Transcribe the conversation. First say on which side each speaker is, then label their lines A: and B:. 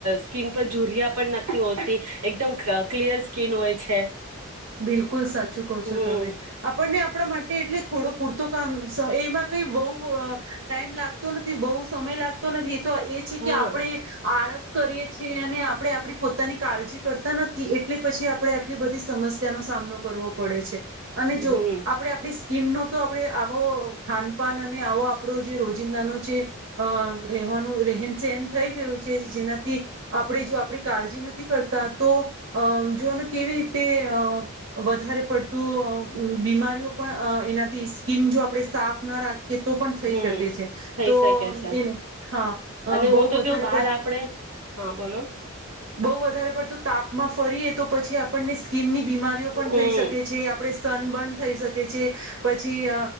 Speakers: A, on the right; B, on the right.
A: સ્કીન પર ઝૂરિયા પણ નથી હોતી એકદમ ક્લ ક્લિયર સ્કીિન હોય છે.
B: બિલકુલ સાચું કહો
A: હમ
B: છો તમે આપણને આપણા માટે એટલે થોડો પૂરતો કામ તો એમાં કઈ બહુ ટાઈમ લાગતો ન થી. બહુ સમય લાગતો નથી તો એ છે
A: હા
B: કે આપણે આળસ કરીએ છીએ અને આપણે આપણી પોતાની કાળજી કરતા નથી, એટલે પછી આપડણે આટલી બધી સમસ્યા તેનું સામનું કરવો પડે છે. અને જો
A: હમ
B: આપે આપ સ્કીિન તો આપ આવો ખાનપાન અને આવો આપણો જે રોજિંદાનો જે અ રહેવાનું રહેન સહન થઈ ગયું છે જેનાથી આપણે જો આપણી કાળજી નથી કરતા તો અ જોને કેવી રીતે. વધારે પડતું બીમારીઓ પણ એનાથી સ્કીિન જો આપણે સાફ ના રાખીએ. તો પણ થઈ
A: હમ
B: શકે છે
A: થઈ
B: તો
A: શકે છે
B: એ હા
A: અને
B: બહ
A: હું તો
B: વધારે
A: કેવું બહાર
B: પડ.
A: આપડે હા બોલો
B: બહુ વધારે પડતું તાપમાં ફરીએ તો પછી આપણને. સ્કીિનની બીમારીઓ પણ થઈ
A: હમ
B: શકે છે આપણે સનબર્ન થઈ શકે છે પછી